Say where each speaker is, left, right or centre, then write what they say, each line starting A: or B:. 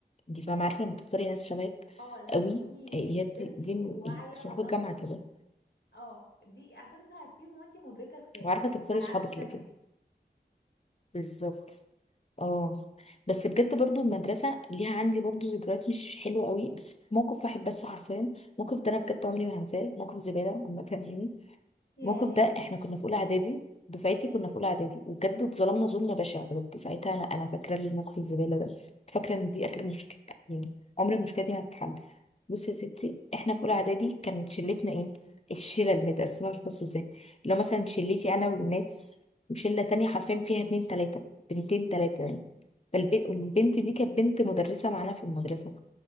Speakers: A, on the left; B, on the left.
A: دي فاهمه عارفه لما تختاري ناس شبهك
B: اه لما
A: قوي
B: تكوني
A: آه، هي
B: كبرتي
A: دي دي من
B: وواعيه
A: ايه صحاب
B: وناضجه
A: الجامعه كده
B: اه دي عشان صاحبتيهم وانتي مدركه كفايه
A: وعارفه تختاري
B: على
A: صحابك
B: عكس زمان
A: اللي كده بالظبط اه بس بجد برضو المدرسه ليها عندي برضو ذكريات مش حلوه قوي بس في موقف واحد بس حرفيا الموقف ده انا بجد عمري ما هنساه موقف زباله عامه يعني
B: يا
A: الموقف
B: ليه
A: ده احنا كنا في اولى اعدادي دفعتي
B: ماشي
A: كنا في اولى اعدادي وبجد اتظلمنا ظلم بشع بجد ساعتها انا انا فاكره الموقف الزباله ده كنت فاكره ان دي اخر مشكله يعني عمر المشكله دي ما هتتحل بصي يا ستي احنا في اولى اعدادي كان شلتنا ايه الشله المتقسمه في الفصل ازاي لو مثلا شلتي انا والناس وشله تانية حرفيا فيها اتنين تلاته بنتين تلاته يعني فالبنت دي كانت بنت مدرسه معانا في المدرسه